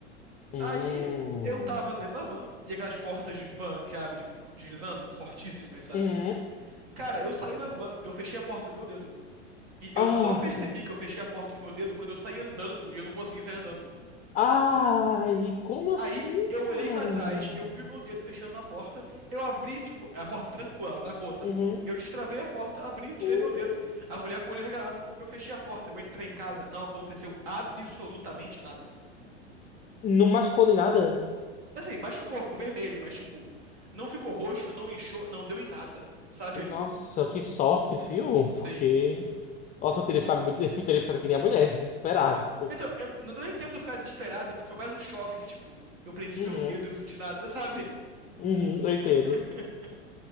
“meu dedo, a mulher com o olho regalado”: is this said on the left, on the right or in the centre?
Right